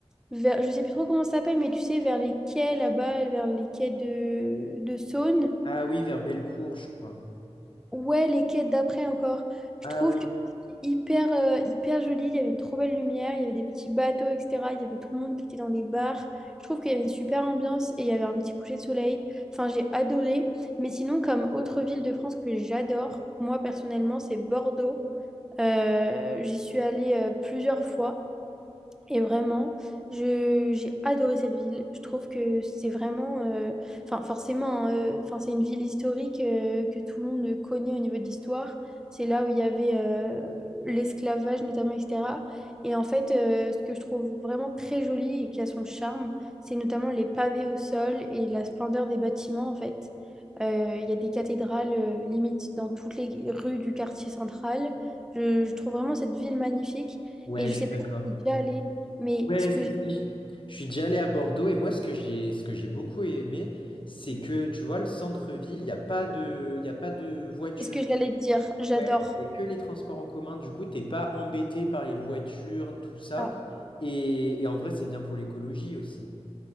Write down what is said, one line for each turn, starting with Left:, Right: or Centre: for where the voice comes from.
Centre: vers, je sais plus trop comment ça s'appelle, mais tu sais, vers les quais là-bas, vers les quais de, de Saône.
Left: Ah oui, vers Bellecour, je crois.
Centre: Ouais, les quêtes d'après encore. Je
Left: Ah
Centre: trouve
Left: oui,
Centre: que c'était hyper, euh, hyper joli. Il y avait une trop belle lumière, il y avait des petits bateaux, etc. Il y avait tout le monde qui était dans des bars. Je trouve qu'il y avait une super ambiance et il y avait un petit coucher de soleil. Enfin, j'ai adoré. Mais sinon, comme autre ville de France que j'adore, moi personnellement, c'est Bordeaux. Euh, j'y suis allée euh, plusieurs fois. Et vraiment, je, j'ai adoré cette ville. Je trouve que c'est vraiment, euh, enfin forcément, hein, euh, enfin c'est une ville historique euh, que tout le monde connaît au niveau de l'histoire. C'est là où il y avait euh, l'esclavage notamment, etc. Et en fait, euh, ce que je trouve vraiment très joli et qui a son charme, c'est notamment les pavés au sol et la splendeur des bâtiments en fait. Euh, Il y a des cathédrales euh, limite dans toutes les rues du quartier central. Je, je trouve vraiment cette ville magnifique.
Left: ouais,
Centre: Et je
Left: je
Centre: sais
Left: suis
Centre: pas
Left: d'accord.
Centre: si tu es déjà allé mais
Left: Ouais,
Centre: ce que,
Left: si, si. Je suis déjà allé à Bordeaux et moi, ce que j'ai, ce que j'ai beaucoup aimé, c'est que, tu vois, le centre-ville, il n'y a pas de, il y a pas de voiture.
Centre: ce que j'allais te dire, j'adore.
Left: Ouais, il n'y a que les transports en commun. Du coup, t'es pas embêté par les voitures, tout ça.
Centre: ça.
Left: Et, et en vrai, c'est bien pour l'écologie aussi.